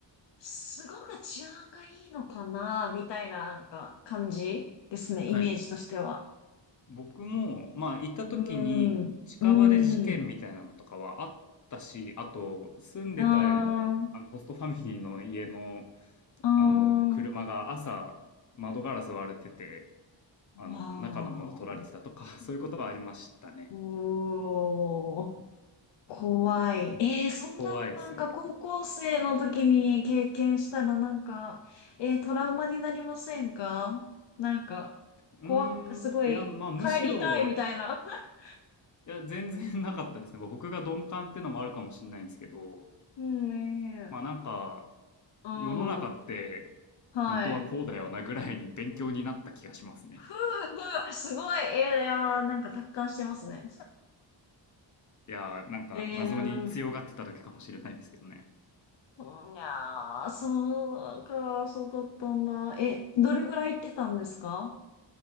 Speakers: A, on the left; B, on the left.
A: すごく治安がいいのかな、みたいな、なんか、感じですね。
B: はい。
A: イメージとしては。
B: 僕も、まあ、行った時に、
A: うーん、
B: 近場で事件みたいなのとかはあったし、
A: うーん、
B: あと、住んでた、
A: うーん、
B: あの、ホストファミリーの家の、
A: うー
B: あの、車が朝、
A: ん。
B: 窓ガラス割れてて、あの、
A: わ
B: 中のもの取られてたとか、<laughs> そういうことはありましたね。
A: ーお。怖い。えー、そんなのなんか高校生の時に経験したらなんか、
B: 怖いですね。
A: えー、トラウマになりませんかなんか、
B: うー
A: 怖く、すごい、
B: ん、いや、まあ、むしろ、
A: 帰りたいみたいな。
B: い
A: <laughs>
B: や、全然なかったですね。僕が鈍感っていうのもあるかもしれないんですけど、
A: うんねえ。
B: まあ、なんか、
A: うん。
B: 世の中って
A: はい。
B: 本当はこうだよなぐらいに勉強になった気がしますね。
A: ふう、ふう、すごい。えー、いやー、なんか達観してますね。
B: いやー、
A: <laughs>
B: なんか謎に強がってただけかもしれないですけどね。
A: えー、うんいやー、そうか、そうだったんだ。え、どれぐらい行ってたんですか